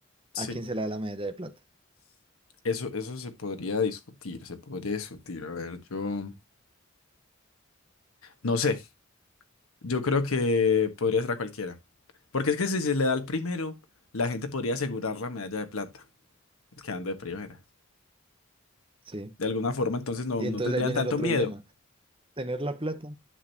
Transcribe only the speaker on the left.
<laughs>
sí.
Eso, eso se podría discutir, se podría discutir. A ver, yo no sé, yo creo que podría ser a cualquiera. Porque es que si se le da al primero, la gente podría asegurar la medalla de plata. Quedando de primera.
De alguna forma, entonces no,
no
tendrían
tanto
miedo.